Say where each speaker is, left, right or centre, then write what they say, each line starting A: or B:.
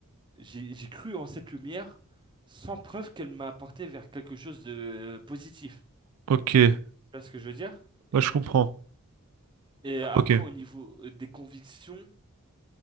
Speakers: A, on the right (about 20°); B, on the right (about 85°).
A: J'ai, j'ai cru en cette lumière sans preuve qu'elle m'a apporté vers quelque chose de euh, positif.
B: Ok. Ouais,
A: Tu vois ce que je veux dire? Et
B: je comprends.
A: et après,
B: Ok.
A: au niveau euh, des convictions...